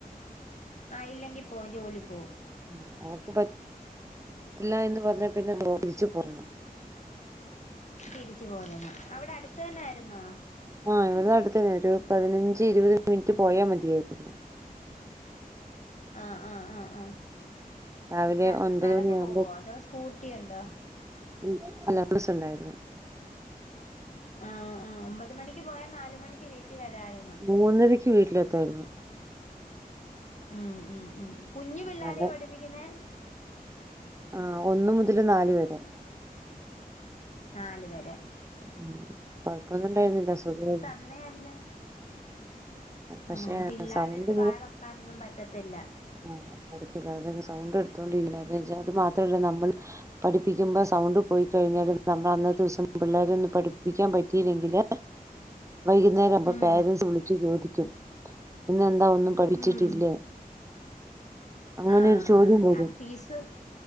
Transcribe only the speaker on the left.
ആ ഇല്ലെങ്കി പോവും ജോലി പോവും.
തിരിച് പോരണം അവട അട്ത്ത് തന്നായ്ര്ന്നോ
ആ ആ ആ ആ
ന
നടന്ന്
പോവോ അതോ സ്കൂട്ടിയുണ്ടോ
ആ ആ ഒമ്പത് മണിക്ക് പോയാ നാല് മണിക്ക് വീട്ടി വരാലോ
ഉം ഉം ഉം കുഞ് പിള്ളാരെയാ
പഠിപ്പിക്ന്നെ
നാല് വരെ
എന്നെയാര്ന്ന്
ഉം പിള്ളാരട്ത്ത്
വായ വെക്കാനൊന്നും പറ്റത്തില്ല
ഉം
ഉം
ആ
അത് ഫീസ്